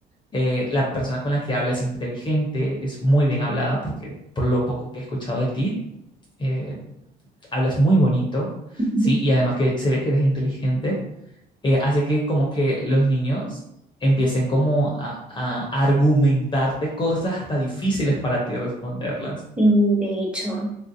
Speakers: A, on the left (about 30°); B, in the centre.
A: eh, la persona con la que habla es inteligente, es muy bien hablada, porque por lo poco que he escuchado de ti, eh, hablas muy bonito,
B: <laughs>
A: ¿sí? Y además que se ve que eres inteligente, eh, hace que como que los niños empiecen como a, a argumentarte cosas hasta difíciles para ti responderlas.
B: Sí, de hecho,